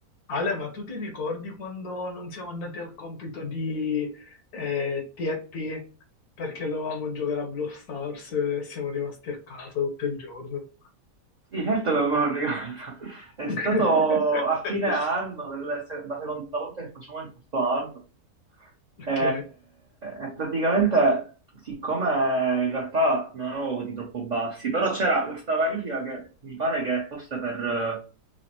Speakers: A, on the left; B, on the right.
A: Ale, ma tu ti ricordi quando non siamo andati al compito di eh, TFP perché dovevamo giocare a Brawl Stars e siamo rimasti a casa tutto il giorno?
B: Sì, certo che me lo ricordo. <laughs> È
A: <laughs>
B: stato a fine anno, del se- la seconda volta che facciamo in questo anno.
A: Ok,
B: E, e praticamente, siccome in realtà non avevo voti troppo bassi, però c'era questa verifica che mi pare che fosse per,